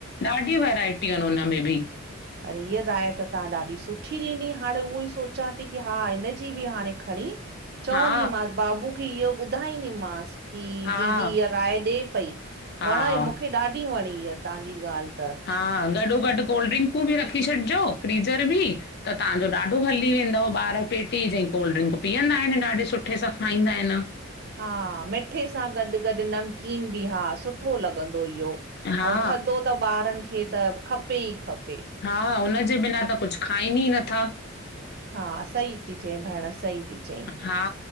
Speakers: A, on the left (about 50°); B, on the right (about 50°).
A: ॾाढीूं वैराइटियूं आहिनि हुनमें बि
B: अड़े हीअ राय त तव्हां ॾाढी सुठी ॾिनी। हाणे उहो ई सोचां थी की हा हिनजी बि हाणे खणी चवंदी
A: हा
B: मांस। बाबू खे इहो ॿुधाईंदीमस की
A: हा
B: दीदी इहा राय ॾे पई
A: हा
B: वणे मूंखे ॾाढी वणी आहे तव्हांजी ॻाल्हि त।
A: हा गॾो गॾु कोल्ड ड्रिंकूं बि रखी छॾिजो फ्रीज़र बि त तव्हांजो ॾाढो हली वेंदव ॿार पेटी ज कोल्ड ड्रिंक पीअंदा आहिन ॾाढे सुठे सां खाईंदा आहिन।
B: हा मिठे सां गॾु गॾु नमकीन बि हा सुठो लॻंदो इहो। ऐं
A: हा
B: थधो त ॿारनि खे त खपे ई खपे ई।
A: हा हुनजे बिना त कुझु खाइनि ई नथा।
B: हा सही थी चए भेण सही थी चई।
A: हा